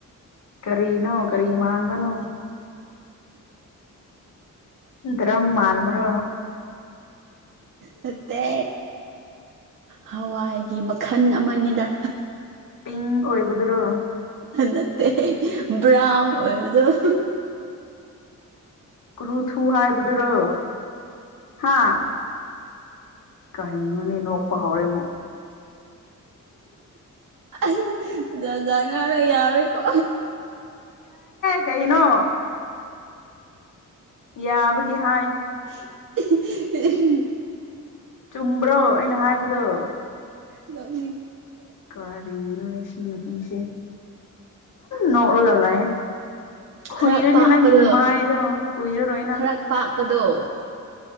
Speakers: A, on the left; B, on the right.
A: ꯀꯔꯤꯅꯣ ꯀꯔꯤ ꯃꯥꯟꯕꯅꯣ ꯗ꯭ꯔꯝ ꯃꯥꯟꯕꯔꯣ
B: ꯅꯠꯇꯦ ꯍꯋꯥꯏꯒꯤ ꯃꯈꯜ ꯑꯃꯅꯤꯗ
A: ꯄꯤꯡ ꯑꯣꯏꯕꯗꯨꯔꯣ
B: ꯅꯠꯇꯦ ꯕ꯭ꯔꯥꯎꯟ ꯑꯣꯏꯕꯗꯣ
A: ꯀ꯭ꯔꯨ ꯊꯨ ꯍꯥꯏ ꯕꯗꯨꯔꯣ ꯍꯥꯥ ꯀꯩꯅꯣꯅꯦ ꯅꯣꯛꯄ ꯍꯧꯔꯦ ꯑꯃꯨꯛ
B: ꯑꯩ ꯖꯟꯖꯥ ꯉꯥꯅ ꯌꯥꯔꯣꯏꯀꯣ
A: ꯀꯩꯩꯅꯣ ꯌꯥꯕꯒꯤ ꯍꯥ
B: ꯎ <unintelligible> <inaudible>
A: ꯆꯨꯝꯕ꯭ꯔꯣ ꯑꯩꯅ ꯍꯥꯏꯕꯗꯣ
B: ꯅꯪ
A: ꯀꯔꯤꯅꯅꯦ ꯁꯤ ꯅꯨꯄꯤꯁꯦꯝ ꯅꯣꯛꯂꯒꯂꯑꯦ ꯈꯨꯏꯔꯅꯤ
B: ꯈꯔ ꯄꯥꯛꯄꯗꯣ
A: ꯅꯪ ꯏꯃꯗꯣ ꯈꯨꯏꯔꯔꯣꯣꯏ ꯅꯪ
B: ꯈꯔ ꯄꯥꯛꯄꯗꯣ